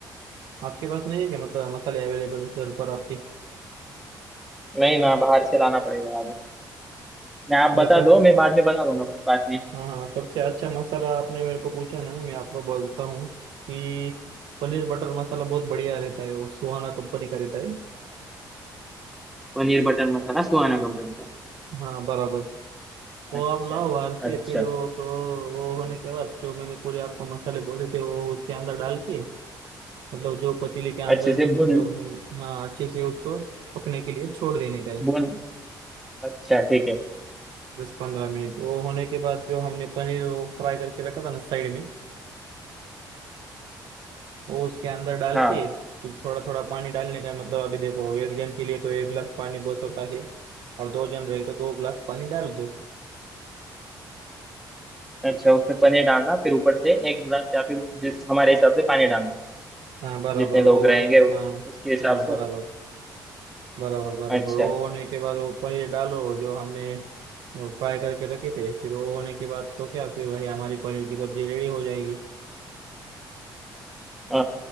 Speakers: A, on the right; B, in the centre.
A: आपके पास नहीं है क्या मतलब मसाले अवेलेबल घर पर आपके
B: नहीं ना बाहर से लाना पड़ेगा ना आप बता
A: ऐसा
B: दो मैं बाद में बना लूंगा कोई बात नहीं
A: हाँ सबसे अच्छा मसाला आपने मेरे को पूछा ना मैं आपको बोलता हूँ कि पनीर बटर मसाला बहुत बढ़िया रहता है वो सुहाना कंपनी का रहता है
B: पनीर बटर मसाला सुहाना कंपनी का
A: हाँ बराबर वो
B: अच्छा
A: आप लाओ बाहर से
B: अच्छा
A: फिर वो तो वो होने के बाद जो मैंने पूरे आपको मसाले बोले थे वो उसके अंदर डाल के मतलब जो पतीले के अंदर
B: अच्छे से भून
A: जो हम हाँ अच्छे से उसको पकने के लिए छोड़ देने का है
B: भून अच्छा ठीक है
A: दस पंद्रह मिनट वो होने के बाद जो हमने पनीर वो फ्राई करके रखा था ना साइड में वो उसके अंदर डाल
B: हाँ
A: के फिर थोड़ा थोड़ा पानी डालने का है। मतलब अभी देखो एक जन के लिए तो एक गिलास पानी बस होता है और दो जन रहे तो दो गिलास पानी डाल दो
B: अच्छा उसमें पनीर डालना फिर ऊपर से एक गिलास या फिर जिस हमारे हिसाब से पानी डालना
A: हाँ बराबर
B: जितने
A: वो
B: लोग रहेंगे
A: होने
B: उतने
A: हाँ
B: उसके हिसाब
A: हाँ
B: से
A: बराबर बराबर बराबर
B: अच्छा
A: वो होने के बाद वो पनीर डालो जो हमने फ्राई करके रखे थे फिर वो होने के बाद तो क्या फिर भाई हमारी पनीर की सब्जी रेडी हो जाएगी
B: आ,